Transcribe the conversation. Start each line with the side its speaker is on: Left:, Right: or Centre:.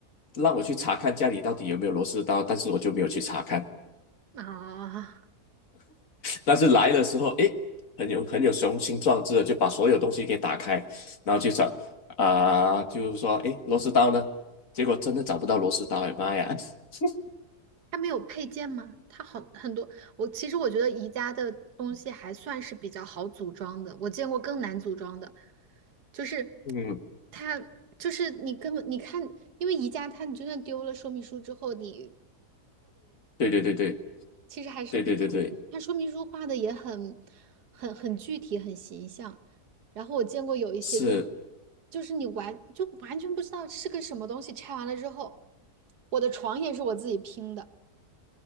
Left: 让我去查看家里到底有没有螺丝刀，但是我就没有去查看，
Right: 啊，
Left: 但是来的时候，哎，很有很有雄心壮志的就把所有东西给打开，然后去找啊、就是说，哎，螺丝刀呢？结果真的找不到螺丝刀，哎妈呀！<laughs>
Right: 它没有配件吗？它好很多。我其实我觉得宜家的东西还算是比较好组装的，我见过更难组装的，就是
Left: 嗯，
Right: 它就是你根本你看，因为宜家它你就算丢了说明书之后，你
Left: 对对对对
Right: 其实还是比
Left: 对对对对，
Right: 它说明书画的也很很很具体很形象。然后我见过有一些就是
Left: 是。
Right: 就是你完就完全不知道是个什么东西，拆完了之后，我的床也是我自己拼的。